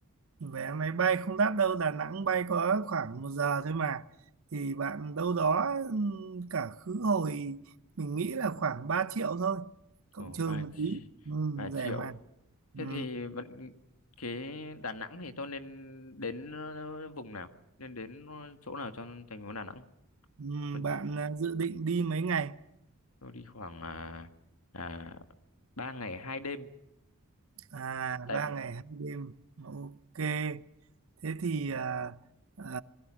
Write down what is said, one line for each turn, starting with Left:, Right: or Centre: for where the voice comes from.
Right: Vé máy bay không đắt đâu, Đà Nẵng bay có khoảng một giờ thôi mà. Thì bạn đâu đó ừ, cả khứ hồi mình nghĩ là khoảng 3 triệu thôi, cộng
Left: Ờ,
Right: trừ
Left: 3,
Right: một tí. Ừ,
Left: 3
Right: rẻ
Left: triệu.
Right: mà.
Left: Thế
Right: Ừ.
Left: thì bạn- cái Đà Nẵng thì tôi nên đến ờ, vùng nào? Nên đến chỗ nào trong thành phố Đà Nẵng?
Right: Ừ,
Left: Có-
Right: Bạn à, dự định đi mấy ngày?
Left: Tôi đi khoảng à, à, 3 ngày 2 đêm.
Right: À,
Left: Tại
Right: ba
Left: vì...
Right: ngày hai đêm. Ok. Thế thì à, à,